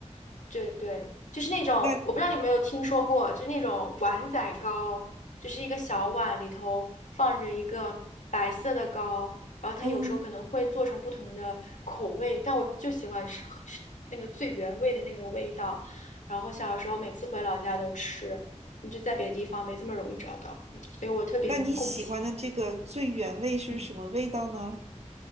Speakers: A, on the left; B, on the right.
A: 对对，就是那种，
B: 那
A: 我不知道你有没有听说过，就是那种碗仔糕，就是一个小碗里头放着一个白色的糕，然后它有时候可能会做成不同的口味，
B: 嗯，
A: 但我就喜欢吃吃那个最原味的那个味道。然后小的时候每次回老家都吃，你就在别的地方没这么容易找到，嗯，所以我特别能共情。
B: 那你喜欢的这个最原味是什么味道呢？
A: 嗯。